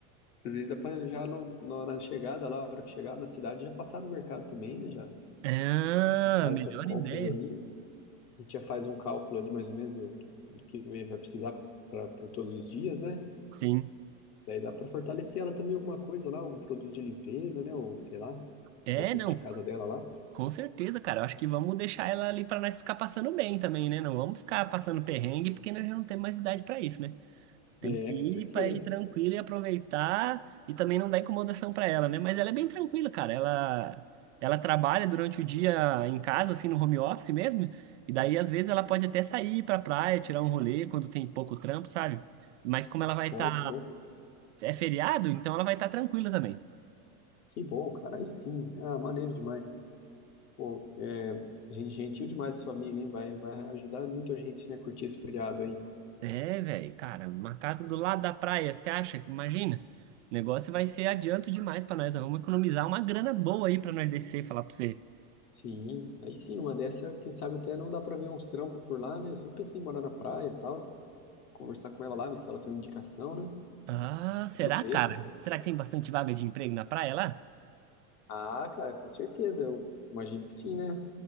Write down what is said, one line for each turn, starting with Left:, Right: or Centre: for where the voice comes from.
Left: Às vezes dá pra já no, no- na chegada lá, a hora que chegar na cidade, já passar no mercado também, né? Já
Right: Ah,
Left: faz
Right: melhor
Left: essas compras
Right: ideia.
Left: aí. A gente já faz um cálculo ali mais ou menos do, do, do que vai precisar pra, por todos os dias, né?
Right: Sim.
Left: Daí dá pra fortalecer ela também alguma coisa lá, algum produto de limpeza, né? Ou sei lá,
Right: É,
Left: alguma coisa
Right: não.
Left: pra casa dela lá.
Right: Com certeza, cara. Eu acho que vamos deixar ela ali pra nós ficar passando bem também, né? Não vamos ficar passando perrengue, porque nós já não temos mais idade pra isso, né? Temos
Left: É,
Right: que
Left: com certeza.
Right: ir para ir tranquilo e aproveitar e também não dar incomodação para ela, né? Mas ela é bem tranquila, cara. Ela ela trabalha durante o dia em casa, assim, no home office mesmo. E daí às vezes ela pode até sair para praia, tirar um rolê quando tem pouco trampo, sabe? Mas como ela vai estar
Left: Ó, que bom.
Right: é feriado, então ela vai estar tranquila também.
Left: Que bom, cara. Aí sim. Ah, maneiro demais. Pô, é, gente, gentil demais sua amiga, hein? Vai, vai ajudar muito a gente, né, a curtir esse feriado aí.
Right: É, velho, cara, uma casa do lado da praia, você acha? Imagina. O negócio vai ser adianto demais para nós. Nós Vamos economizar uma grana boa aí para nós descer e falar para você.
Left: Sim, aí sim, numa dessa, quem sabe até não dá pra ver uns trampos por lá, né? Eu sempre pensei em morar na praia e tal, conversar com ela lá, ver se ela tem uma indicação, né?
Right: Ah,
Left: Quando
Right: será,
Left: vê.
Right: cara? Será que tem bastante vaga de emprego na praia lá?
Left: Ah, cara, com certeza, eu imagino que sim, né?